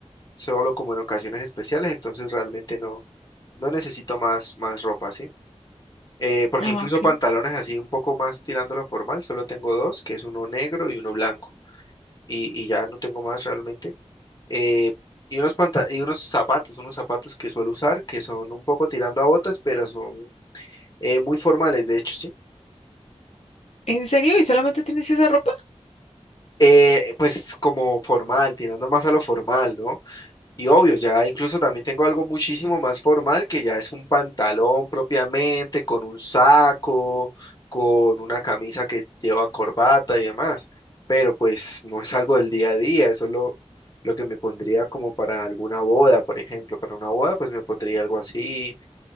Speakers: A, on the left; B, on the left.
A: solo como en ocasiones especiales, entonces realmente no, no necesito más, más ropa, ¿sí? Eh, porque
B: Ah,
A: incluso
B: ok.
A: pantalones así un poco más tirándolo formal, solo tengo dos, que es uno negro y uno blanco, y, y ya no tengo más realmente. Eh, y unos panta- y unos zapatos, unos zapatos que suelo usar, que son un poco tirando a botas, pero son eh, muy formales, de hecho, ¿sí?
B: ¿En serio? ¿Y solamente tienes esa ropa?
A: Eh, pues como formal, tirando más a lo formal, ¿no? Y obvio, ya incluso también tengo algo muchísimo más formal que ya es un pantalón propiamente, con un saco, con una camisa que lleva corbata y demás. Pero pues no es algo del día a día, eso es lo, lo que me pondría como para alguna boda, por ejemplo. Para una boda pues me pondría algo así,